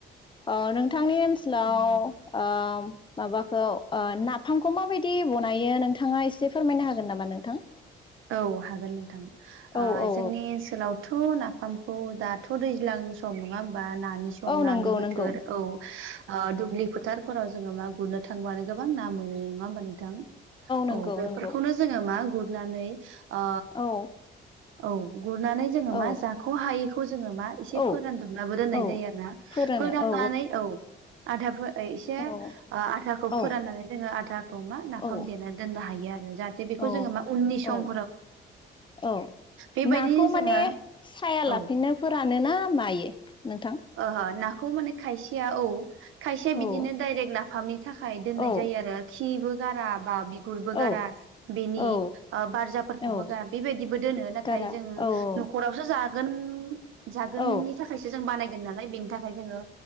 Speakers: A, on the left; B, on the right.
A: अ नोंथांनि ओनसोलाव ओ माबाखौ ओ नाफामखौ माबायदि बनायो नोंथाङा एसे फोरमायनो हागोन नामा नोंथां?
B: औ हागोन नोंथां
A: औ
B: ओ
A: औ
B: जोंनि ओनसोलावथ' नाफामखौ दाथ' दैज्लां सम नङा होमबा नानि सम।
A: औ
B: सम नानि
A: नंगौ
B: बोथोर
A: नंगौ
B: औ ओ दुब्लि फोथार फोराव जोङो मा गुरनो थांबानो गोबां ना मोनो नङा होमबा नोंथां?
A: नंगौ
B: औ बेफोरखौनो
A: नंगौ
B: जोङो मा ना गुरनानै ओ
A: औ
B: औ गुरनानै। जोङो
A: औ
B: मा जाख' हायैखौ जोङो मा एसे
A: औ
B: फोरानदबनबो दोननाय
A: औ
B: जायो आरो ना।
A: फोरानो
B: फोराननानै
A: औ
B: औ आथा फो- ओ से
A: औ
B: आथाखौ
A: औ
B: फोराननानै जोङो आथाखौ मा नाफाम
A: औ
B: देनानै दोननो हायो आरो जाहाथे बेखौ
A: औ
B: जोंङो मा उननि सम
A: औ औ
B: बेबायदिनो
A: नाखौ माने
B: जोङो
A: साया लाफिनो
B: औ
A: फोरानोना मायो? नोंथां।
B: ओह नाखौ माने खायसेया औ खायसेया बिदिनो
A: औ
B: डाइरेक्ट नाफामनि थाखाय दोननाय
A: औ
B: जायो आरो खिबो गारा बा बिगुरबो गारा
A: औ
B: बेनि
A: औ
B: बारजाब फोरखौबो
A: औ
B: ग बेबायदिबो दोनो नाथाय
A: गारा
B: जों
A: औ औ
B: न'खरावसो जागोन जागोननि
A: औ
B: थाखायसो जों बानायगोन नालाय बेनि थाखाय जोंङो